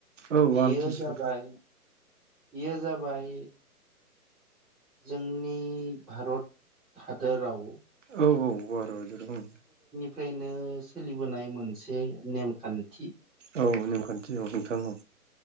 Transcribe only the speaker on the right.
औ
आमथिसु
औ औ भारत हादोराव ओं।
औ नेमखान्थि औ नोंथां औ